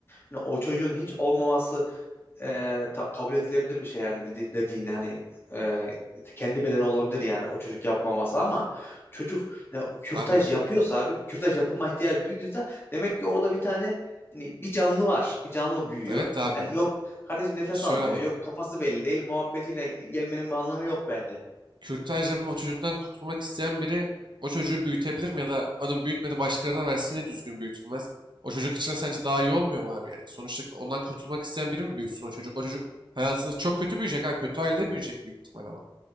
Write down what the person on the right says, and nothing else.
Abi
evet de abi.
Şöyle
bak.
kürtaj yapıp o çocuktan kurtulmak isteyen biri o çocuğu büyütebilir mi ya da o da büyütmedi başkalarına versin yine düzgün büyütülmez. O çocuk için sence daha iyi olmuyor mu abi yani? Sonuçta ondan kurtulmak isteyen biri mi büyütsün o çocuk? O çocuk hayatında çok kötü büyüyecek abi. Kötü ailede büyüyecek büyük ihtimal ama.